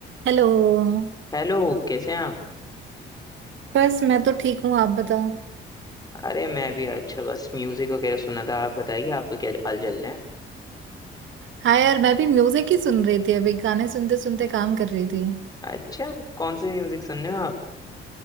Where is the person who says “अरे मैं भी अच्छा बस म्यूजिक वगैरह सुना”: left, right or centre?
Left